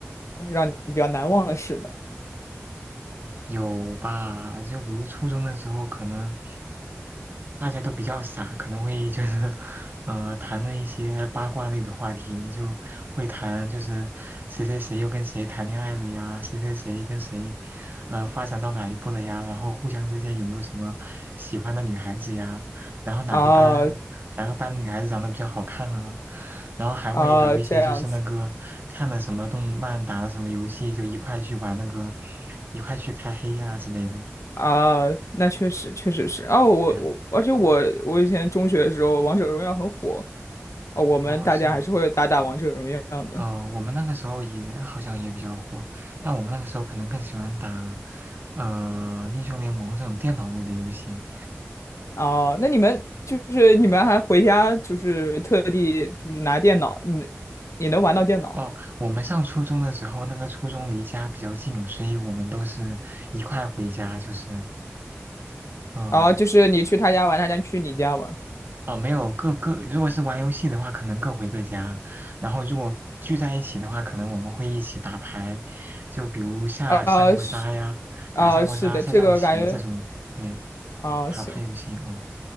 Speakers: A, on the left; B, on the right.
A: 让你比较难忘的事呢？
B: 有吧？就比如初中的时候，可能大家都比较傻，可能会就是，嗯，谈论一些八卦类的话题，就会谈就是谁谁谁又跟谁谈恋爱了呀，谁谁谁跟谁，呃，发展到哪一步了呀，然后互相之间有没有什么喜欢的女孩子呀，然后哪个班哪个班的女孩子长得比较好看啊，
A: 哦
B: 然后还会聊一些就是那个看了什么动漫，
A: 哦，这样子。
B: 打了什么游戏，就一块去玩那个，一块去开黑呀、之类的。
A: 啊，那确实确实是哦，我我而且我我以前中学的时候，
B: 对，
A: 王者荣耀很火，啊，我们大家还是会打打王者荣耀的
B: 哦，是吗？嗯、我们那个时候也好像也比较火，但我们那个时候可能更喜欢打，呃，英雄联盟这种电脑类的游戏。
A: 啊。那你们就是你们还回家就是特地就是拿电脑，你你能玩到电脑
B: 哦，我们上初中的时候，那个初中离家比较近，所以我们都是一块回家，就是。嗯，
A: 啊？就是你去他家玩，他家去你家玩
B: 啊、没有各各，如果是玩游戏的话，可能各回各家；然后如果聚在一起的话，可能我们会一起打牌，就比如下三国杀呀，
A: 啊是啊是的，
B: 打三国杀、下象棋这种，
A: 这个感觉
B: 对，
A: 啊行。
B: 卡牌游戏，嗯，